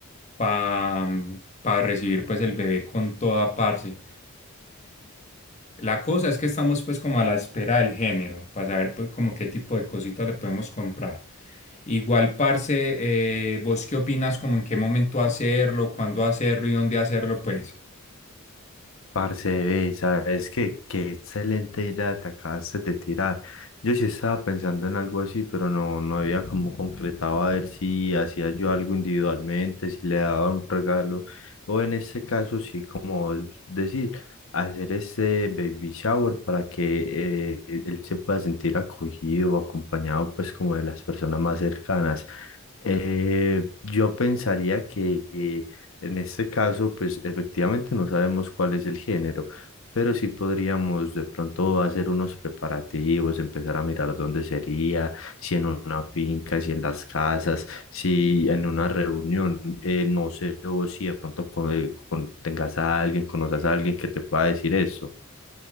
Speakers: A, on the left (about 35°); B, on the left (about 70°).
A: pa, para recibir pues el bebé con toda parte. la cosa es que estamos pues como a la espera del género, para saber pues como qué tipo de cositas le podemos comprar. Igual, parce, eh, ¿vos qué opinas como en qué momento hacerlo, cuándo hacerlo y dónde hacerlo? Pues.
B: Parce, ve, sabes que qué qué excelente idea te acabaste de tirar. Yo sí estaba pensando en algo así, pero no, no había como concretado a ver si hacía yo algo individualmente, si le daba un regalo, o en este caso, sí, como decir, hacer ese baby shower para que eh, él se pueda sentir acogido o acompañado, pues, como de las personas más cercanas. Eh, yo pensaría que. eh, en este caso, pues efectivamente no sabemos cuál es el género, pero sí podríamos de pronto hacer unos preparativos, empezar a mirar dónde sería, si en una finca, si en las casas, si en una reunión, eh, no sé, o si de pronto con, eh, con- tengas a alguien, conozcas a alguien que te pueda decir eso.